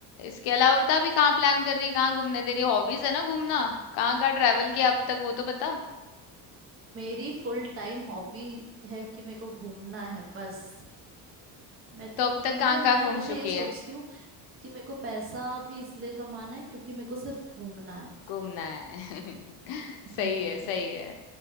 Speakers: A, on the left (about 70°); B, on the right (about 35°).
A: इसके अलावा बता अभी कहाँ प्लान कर रही है कहाँ घूमने तेरी हॉबीज है ना घूमना कहाँ कहाँ ट्रैवल किया अब तक वो तो बता
B: मेरी फुल टाइम हॉबी है कि मेरे को घूमना है बस मैं तो
A: तो अब तक
B: मतलब
A: कहाँ कहाँ
B: मैं
A: घूम
B: हमेशा
A: चुकी
B: ये सोचती
A: है
B: हूँ कि मेरे को पैसा भी इसलिए कमाना है क्योंकि मेरे को सिर्फ घूमना है
A: घूमना है <laughs>
B: हम्म
A: सही है सही है